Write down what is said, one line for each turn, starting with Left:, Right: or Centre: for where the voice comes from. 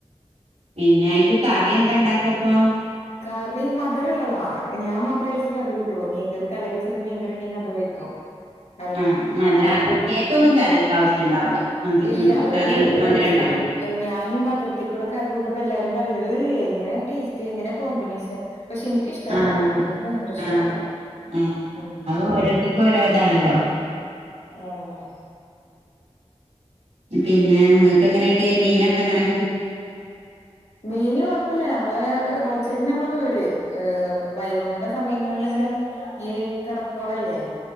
Right: പിന്നെ ആയിക്ക കറി
Left: ആ
Right: എന്താ ഉണ്ടാക്കപ്പൊ
Left: കറി മധുരമുള്ളതാണ് ഞാൻ മാത്രമേനിക്ക് കറി കൂട്ടുള്ളൂ മീൻകറി തലേ ദിവസത്തെ മീൻകറി ഉണ്ടെങ്കിൽ അത് കഴിക്കും ആ <unintelligible>
Right: ആഹ് മധുര ആ കുട്ടിയേക്ക ഒന്നും കറി ആവശ്യം ഉണ്ടാവൂല മതി
Left: ഇല്ല
Right: ഉ
Left: അവരത്
Right: കറി
Left: വെറുതെ
Right: മധുരംണ്ടാവൂല
Left: കടിച്ചു തിന്നും ഞാനീ മദുരത്തിക്കൂടെ കറി കൂട്ടുമ്പോ എല്ലാരും പറയും എങ്ങനെ ടേസ്റ്റ് എങ്ങനെ കോമ്പിനേഷൻ പക്ഷെ എനിക്കിഷ്ട്ടാട്ടാ
Right: ആഹ്
Left: എനിക്ക് ഭയങ്കര ഇഷ്ടാ
Right: ആഹ് ആഹ്
Left: ഉം
Right: അത് ഓരോരുത്തർക്കും ഓരോതാണല്ലോ
Left: ആഹ്
Right: ഉ പിന്നെ നിങ്ങൾക്ക് എങ്ങനെയായിട്ട് മീനൊക്കെ എങ്ങനെയൊക്കെ
Left: മീന് കൊഴപ്പില്ല നമ്മളെ റോഡ് സൈഡന് നമ്മളെ വീട് ഏഹ വൈകുന്നേര സമയങ്ങളിൽങ്ങനെ ഈ കടപ്പുറല്ലേ